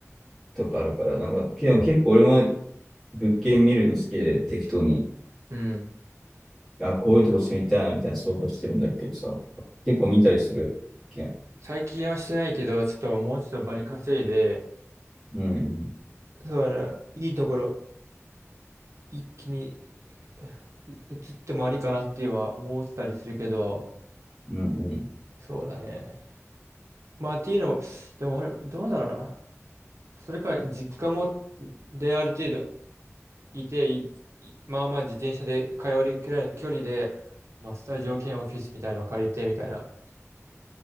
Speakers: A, in the centre; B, on the right (about 65°).
A: とかあるから、なんか、でも結構俺も物件見るの好きで適当に、
B: うん。
A: あ、こういうとこ住みたいなみたいな想像してるんだけどさ、結構見たりする物件。
B: 最近はしてないけど、ちょっともうちょっとバリ稼いで、
A: うん、
B: そうだね。いいところ、一気にう移ってもありかなっては思ったりするけど、
A: うん、うん
B: そうだね。まあ、っていうのでも俺、どうだろうな。それか、実家も、で、ある程度いて、いいまあまあ自転車で通えるくらいの距離で、まあ、スタジオ兼オフィスみたいなのを借りてみたいな